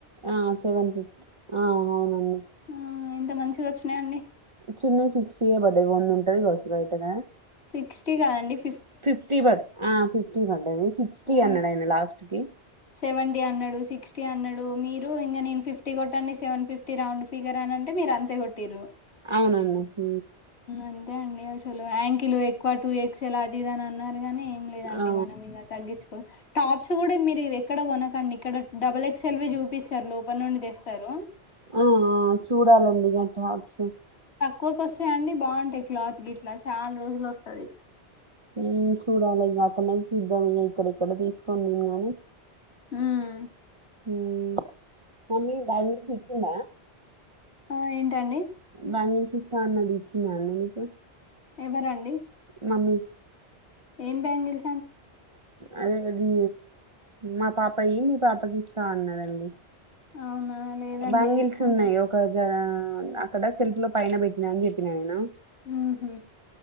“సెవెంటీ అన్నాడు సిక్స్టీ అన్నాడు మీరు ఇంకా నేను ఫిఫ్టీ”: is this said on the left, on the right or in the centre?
Left